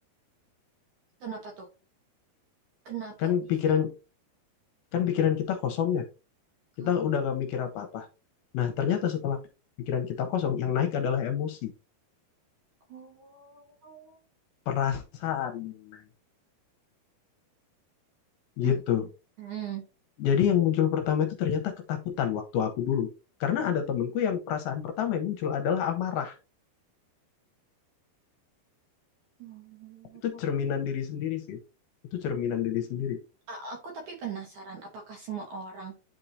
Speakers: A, on the right; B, on the left.
A: Kenapa tuh? Kenapa
B: Kan
A: bisa?
B: pikiran kan pikiran kita kosong ya. Kita
A: Oh,
B: udah gak mikir apa-apa. Nah, ternyata
A: eh,
B: setelah pikiran kita kosong, yang naik adalah emosi,
A: Oh.
B: perasaan yang naik.
A: mm,
B: Gitu.
A: mm.
B: Jadi yang muncul pertama itu ternyata ketakutan waktu aku dulu. Karena ada temenku yang perasaan pertama yang muncul adalah amarah.
A: Hmm.
B: Itu cerminan diri sendiri sih. Itu cerminan diri sendiri.
A: A- Aku tapi penasaran, apakah semua orang